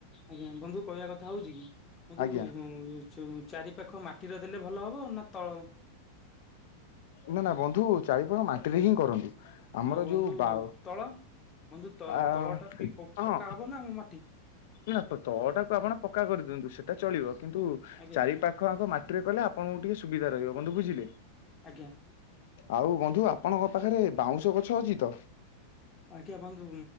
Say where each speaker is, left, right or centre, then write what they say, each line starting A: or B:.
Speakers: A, on the left (about 25°); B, on the left (about 55°).
A: ଆଜ୍ଞା ବନ୍ଧୁ କହିବା କଥା ହୋଉଚି କି
B: ଆଜ୍ଞା
A: ବନ୍ଧୁ ଚାରି ପାାଖ ମାଟିର ଦେଲେ ଭଲ ହବ ନା ତ
B: ନା ନା ବନ୍ଧୁ ଚାାରିପାଖ ମାଟିରେ ହିଁ କରନ୍ତି। ଆମର
A: ଆଉ ବନ୍ଧୁ
B: ଯୋଉ ବାଓ
A: ତଳ ବନ୍ଧୁ
B: ଆଁ
A: ତଳ ଟା ପକ୍କା
B: ହଁ।
A: ହବ ନା ମାଟି
B: ନା ତଳଟାକୁ ଆପଣ ପକ୍କା କରିଦିଅନ୍ତୁ ସେଟା ଚଳିବ କିନ୍ତୁ
A: ଆଜ୍ଞା
B: ଚାରି ପାଖ ଆପଣ ମାଟିରେ କଲେ ଆପଣଙ୍କୁ ଟିକେ ସୁବିଧା ରହିବ ବନ୍ଧୁ ବୁଝିଲେ।
A: ଆଜ୍ଞା।
B: ଆଉ ବନ୍ଧୁ ଆପଣଙ୍କ ପାଖରେ ବାଉଁଶ ଗଛ ଅଛି ତ?
A: ଆଜ୍ଞା ବନ୍ଧୁ